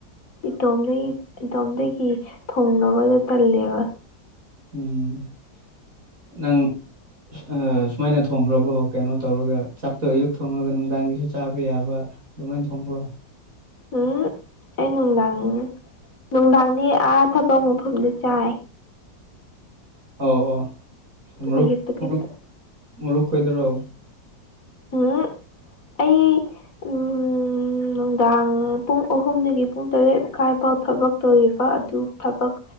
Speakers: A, on the left; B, on the right.
A: ꯏꯇꯣꯝꯗꯒꯤ ꯏꯇꯣꯝꯗꯒꯤ ꯊꯣꯡꯅꯕꯗꯣ ꯇꯜꯂꯦꯕ
B: ꯎꯝ ꯅꯪ ꯑ ꯁꯨꯃꯥꯏꯅ ꯊꯣꯡꯒ꯭ꯔꯕ ꯀꯩꯅꯣ ꯇꯧꯔꯒ ꯆꯥꯛꯇꯣ ꯑꯌꯨꯛ ꯊꯣꯡꯉꯒ ꯅꯨꯡꯗꯥꯡꯒꯤꯁꯨ ꯆꯥꯕ ꯌꯥꯕ ꯑꯗꯨꯃꯥꯏ ꯊꯣꯡꯕ꯭ꯔꯣ
A: ꯎꯝ ꯑꯩ ꯅꯨꯡꯗꯥꯡ ꯅꯨꯡꯗꯥꯡꯗꯤ ꯑꯥ ꯊꯕꯛ ꯃꯐꯝꯗ ꯆꯥꯏ
B: ꯑꯣ ꯑꯣ ꯃꯔꯨꯞ
A: ꯑꯌꯨꯛꯇ
B: ꯃꯔ
A: ꯈꯛꯇ
B: ꯃꯔꯨꯞ ꯀꯣꯏꯗꯣꯏꯔꯣ <inaudible>
A: ꯎꯝ ꯑꯩ ꯎꯝ ꯅꯨꯡꯗꯥꯡ ꯄꯨꯡ ꯑꯍꯨꯝꯗꯒꯤ ꯄꯨꯡ ꯇꯔꯦꯠ ꯃꯈꯥꯏ ꯐꯥꯎ ꯊꯕꯛ ꯇꯧꯔꯤꯕ ꯑꯗꯨ ꯊꯕꯛ